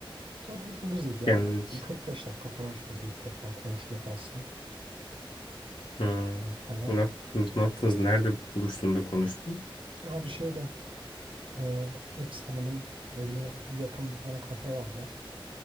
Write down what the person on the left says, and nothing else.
Yani
hmm,
ne yaptın- ne yaptınız? Nerede buluştun da konuştun?